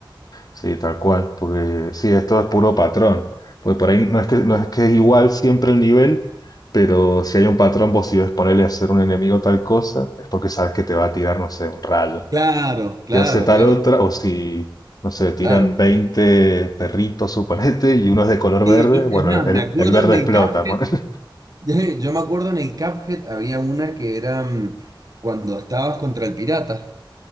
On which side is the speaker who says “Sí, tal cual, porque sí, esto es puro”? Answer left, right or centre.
Left